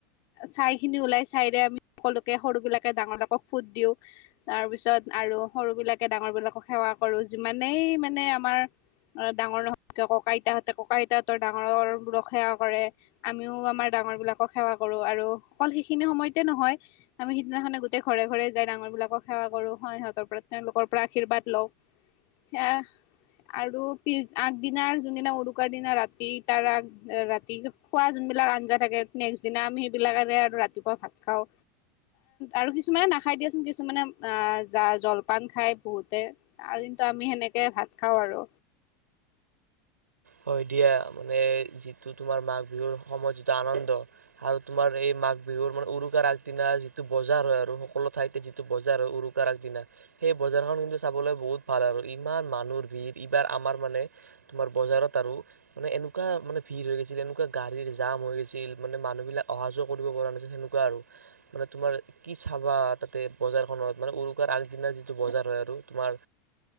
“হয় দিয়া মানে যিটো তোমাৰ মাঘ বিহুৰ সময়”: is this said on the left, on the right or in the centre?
Right